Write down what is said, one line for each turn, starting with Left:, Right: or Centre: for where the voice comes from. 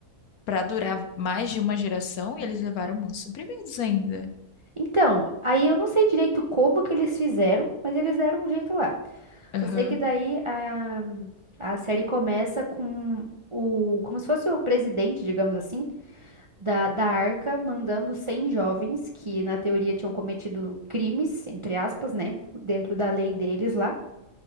Left: para durar mais de uma geração e eles levaram muitos suprimentos ainda.
Right: Então, aí eu não sei direito como que eles fizeram, mas eles deram um jeito lá.
Left: Aham,
Right: Só sei que daí a, a série começa com o, como se fosse o presidente, digamos assim da, da Arca mandando cem jovens que, na teoria, tinham cometido crimes, entre aspas, né? Dentro da lei deles lá.